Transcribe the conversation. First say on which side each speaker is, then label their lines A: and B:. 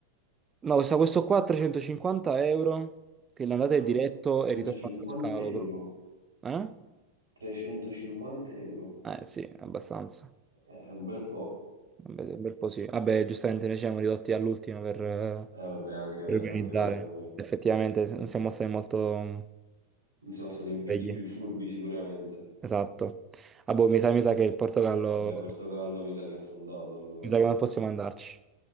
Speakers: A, on the right; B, on the right.
A: No, costa questo qua 350 euro, che l'andata è
B: Ah,
A: diretto e
B: 150
A: ritorno allo scalo, però.
B: euro, 350 euro,
A: Eh? Eh sì, abbastanza.
B: Eh, è un bel po'.
A: Un bel un bel po' sì. Vabbè, giustamente noi ci siamo ridotti all'ultimo per, eh,
B: Eh, vabbè, è anche vero,
A: per organizzare.
B: anche vero che
A: Effettivamente non siamo stati molto mm,
B: non siamo stati i pi-
A: svegli.
B: i più furbi sicuramente.
A: Esatto. Ah, boh, mi sa, mi sa che il Portogallo,
B: Vabbè, Portogallo mi sa che ha affondato allora.
A: mi sa che non possiamo andarci.